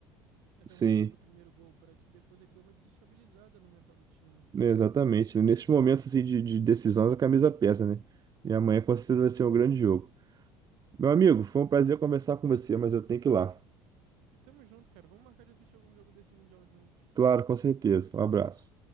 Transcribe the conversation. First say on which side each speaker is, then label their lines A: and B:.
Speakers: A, on the right (about 60°); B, on the right (about 30°).
A: até
B: Sim,
A: o momento do primeiro gol. Parece que depois ele deu uma desestabilizada no mental do time.
B: né, exatamente. Nesses momentos assim, de, de decisão, a camisa pesa, né? E amanhã com certeza vai ser um grande jogo. Meu amigo, foi um prazer conversar com você, mas eu tenho que ir lá.
A: Tamo junto, cara. Vamos marcar de assistir algum jogo desse Mundial juntos.
B: Claro, com certeza. Um abraço.